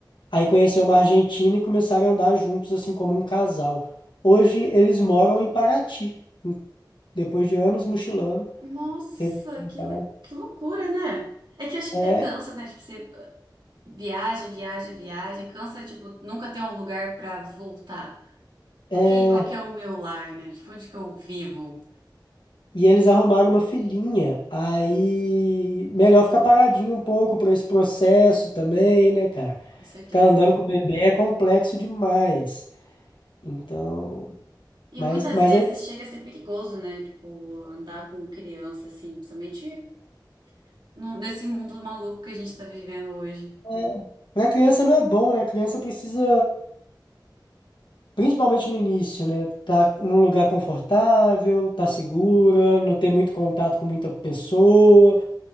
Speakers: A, on the left; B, on the right.
A: aí conheceu uma Argentina e começaram a andar juntos, assim, como um casal. Hoje eles moram em Paraty, em- depois de anos mochilando.
B: Nossa,
A: eles moram
B: que,
A: em Paraty.
B: le- que loucura, né? É que eu acho que
A: É,
B: daí cansa, né? Tipo, você Viaja, viaja, viaja, cansa, tipo, nunca ter um lugar pra voltar. Porque
A: é,
B: qual que é o meu lar, né? Tipo, onde que eu vivo?
A: e eles arrumaram uma filhinha, aí melhor ficar paradinho um pouco para esse processo também, né, cara?
B: Com certeza.
A: Ficar andando com o bebê é complexo demais. Então,
B: E
A: mas,
B: muitas
A: mas
B: vezes
A: é
B: chega a ser perigoso, né? Tipo, andar com criança, assim, principalmente no- nesse mundo maluco que a gente tá vivendo hoje.
A: É, para criança não é bom, né? Criança precisa, principalmente no início, né? Tá num lugar confortável, tá segura, não ter muito contato com muita pessoa,